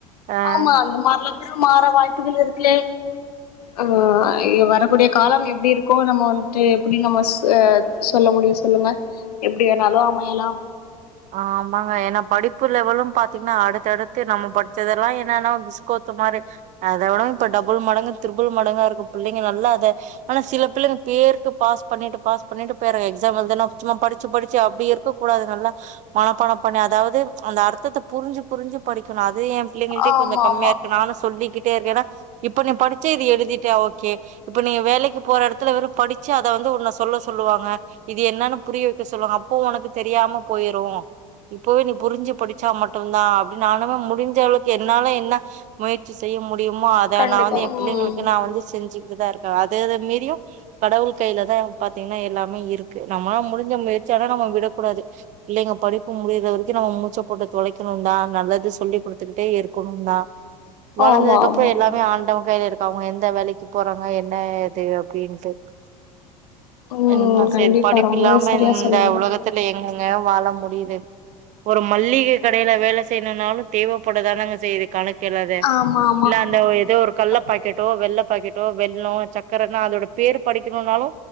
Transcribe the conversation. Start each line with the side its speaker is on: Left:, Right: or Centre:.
Right: ஆ
Left: ஆமா அந்த மார்லா கூட மாற வாய்ப்புகள் இருக்கு ஆ ஆ எ வரக்கூடிய காலம் எப்புடி இருக்கோ நம்ம வந்துட்டு எப்புடி நம்மஸ் ஆ சொல்ல முடியும் சொல்லுங்க எப்டி வேணாலும் அமையலாம்
Right: ஆமாங்க ஏன்னா படிப்பு லெவலும் பாத்தீங்ன்னா அடுத்தடுத்து நம்ம படிச்சதெல்லா என்னன்னா பிஸ் கோத்த மாரி அத விடு இப்ப டபுள் மடங்கு த்ரிபுள் மடங்கா இருக்கு பிள்ளைங்க நல்லா அத ஆனா சில பிள்ளைங்க பேருக்கு பாஸ் பண்ணிட்டு பாஸ் பண்ணிட்டு போயறாங்க எக்ஸாம் எழுதுனா சும்மா படிச்சு படிச்சு அப்படி இருக்கு கூடாது நல்லா மனப்பணம் பண்ணி அதாவது அந்த அர்த்தத்தை புரிஞ்சு புரிஞ்சு படிக்கணு அது ஏம் பிள்ளைங்கள்டயும்
Left: ஆமா
Right: கொஞ்ச கம்மியா
Left: ஆமா
Right: இருக்கு நானு சொல்லிக்கிட்டே இருக்கே ஏன்னா இப்ப நீ படிச்சே இது எழுதிட்டா ஓகே இப்ப நீங் வேலைக்கு போற எடத்துல வெறு படிச்சு அத வந்து உன்ன சொல்ல சொல்லுவாங்க இது என்னனு புரிய வைக்க சொல்லுவாங்க அப்போ ஒனக்கு தெரியாம போயிரு இப்பவே நீ புரிஞ்சு படிச்சா மட்டுந்தா அப்படின்னாலுமே முடிஞ்ச அவுளுக்கு என்னால என்ன முயற்சி செய்ய முடியுமோ அத
Left: கண்டிப்பா
Right: நா வந்து எ பிள்ளைங்களுக்கு
Left: ம்
Right: நா வந்து செஞ்சுக்கிட்டு தா இருக்கே அதது மீரியு கடவுள் கைலதா பாத்தீங்ன்னா எல்லாமே இருக்கு நம்மல்லா முடிஞ்ச முயற்சி ஆனா நம்ம விடக்கூடாது இல்லைங்க படிப்பு முடியற வரைக்கு நம்ம மூச்ச போட்ட தொலைக்கணுந்தா நல்லது சொல்லிக் குடுத்துக்கிட்டே இருக்கணுந்தா வளந்ததுக்கு
Left: ஆமா ஆமா
Right: அப்பற எல்லாமே ஆண்டவன் கைல இருக்க அவங்க எந்த வேலைக்கு போறாங்க என்ன இது அப்டின்ட்டு
Left: ம்
Right: என்ன
Left: கண்டிப்பா
Right: சரிப் படிப்பு
Left: ரொம்பவே
Right: இல்லாம
Left: சரியா
Right: இந்த
Left: சொன்னீங்க
Right: உலக தோழி எங்கெங்க வாழ முடியுது ஒரு மல்லிகை கடையில வேலை செய்யணுனாலு தேவப் பட தானங்க செய்து கணக்கே இல்லாத
Left: ஆமா ஆமா
Right: இல்ல அந்த ஏதோ
Left: கண்டிப்பா
Right: ஒரு கள்ள பாக்கெட்டோ வெள்ள பாக்கெட்டோ வெள்ளோ சக்கரனா அதோட பேர் படிக்கணுனாலு